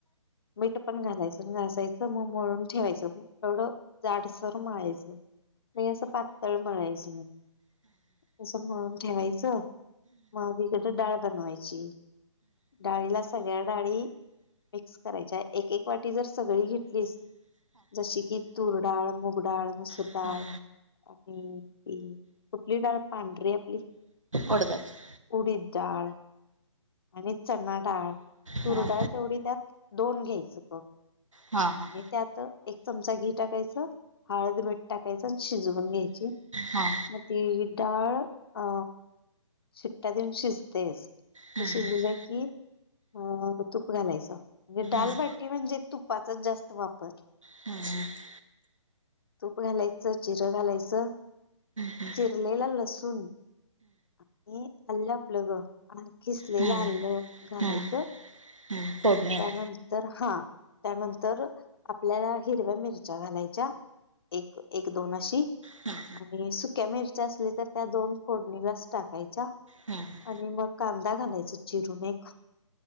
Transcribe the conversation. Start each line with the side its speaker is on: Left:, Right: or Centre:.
Left: मीठ पण घालायचं, अन घासायचं मग मळून ठेवायचं म थोडं जाडसर मळायचं. लय असं पातळ मळायचं नाही. तसं मळून ठेवायचं, म आधी इकडं डाळ बनवायची. डाळीला सगळ्या डाळी, मिक्स करायच्या एक एक वाटी जर सगळी घेतलीस जशी की तुरडाळ, मुगडाळ मसु रडाळ
Right: हां हां
Left: आणि ती कुठली डाळ पांढरीे आपली
Right: उडदाची
Left: उडीद डाळ आणि चणा डाळ, तूर
Right: हां
Left: डाळ तेवढी त्यात दोन घ्यायचं कप.
Right: हां हां
Left: आणि त्यात एक चमचा घी टाकायचं हळद, मीठ टाकायचं आणि शिजवून घ्यायची.
Right: हा
Left: मग ती डाळ अ शिट्ट्या देऊन शिजतेच.
Right: हम्म
Left: ते शिजलं की अ तूप घालायचं, म्हणजे डाल
Right: हम्म
Left: भात टी म्हणजे तुपाचा जास्त वापर.
Right: हम्म
Left: तूप घालायचं जिरं घालायचं.
Right: हम्म
Left: चिरलेला लसूण आणि आल्लं आपलं ग. खिसलेलं
Right: हम्म
Left: आल्लं
Right: हम्म
Left: घालायचं
Right: हम्म हम्म फोडणीला
Left: म त्यानं तर हा, त्यानंतर आपल्याला हिरव्या मिरच्या घालायच्या. एक एक दोन अशी.
Right: हम्म
Left: आणि सुक्या मिरच्या असल्या तर त्या दोन फोडणीलाच टाकायच्या
Right: हम्म
Left: आणि मग कांदा घालायचा चिरून एक.